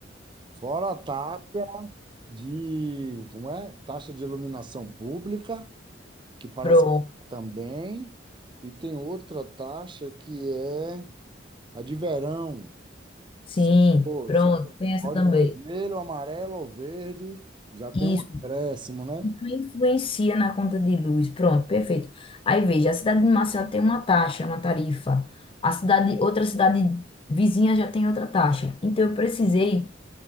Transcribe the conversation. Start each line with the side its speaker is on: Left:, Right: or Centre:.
Right: Fora a taxa de, como é? Taxa de iluminação pública, que parece
Left: Pronto,
Right: que tá também, e tem outra taxa que é a de verão.
Left: sim,
Right: Se for,
Left: pronto,
Right: se for
Left: tem essa
Right: código
Left: também.
Right: vermelho, amarelo ou verde, já tem
Left: E
Right: um acréscimo, né?
Left: Isso influencia na conta de luz. Pronto, perfeito. Aí veja, a cidade de Maceió tem uma taxa, uma tarifa. A cidade, outra cidade vizinha já tem outra taxa. Então eu precisei